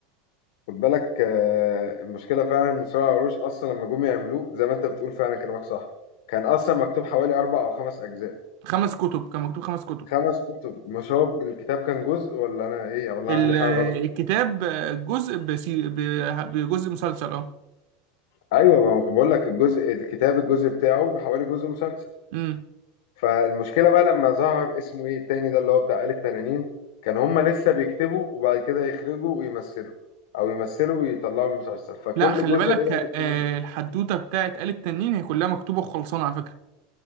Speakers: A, on the left; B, on the right.
A: خد بالك آه، المشكله فعلا ان سرايا قروش اصلا لما جم يعملوه زي ما انت بتقول فعلا كلامك صح كان اصلا مكتوب حوالي اربع او خمس اجزاء
B: خمس كتب كان مكتوب خمس كتب
A: خمس كتب مش هو الكتاب كان جزء ولا انا ايه ولا
B: ال-
A: عندي حاجه غلط
B: الكتاب جزء بسي... ب- بجزء مسلسل اه
A: ايوه ما هو كان بقول لك الجزء الكتاب الجزء بتاعه بحوالي جزء مسلسل
B: امم
A: فالمشكله بقى لما ظهر اسمه ايه التاني ده اللي هو بتاع آل التنانين كان هما لسه بيكتبوا وبعد كده يخرجوا ويمثلوا او يمثلوا ويطلعوا المسلسل فكل
B: لا خلي
A: جزء
B: بالك
A: بدل التاني
B: آه، الحدوته بتاعت آل التنين هي كلها مكتوبه وخلصانه على فكره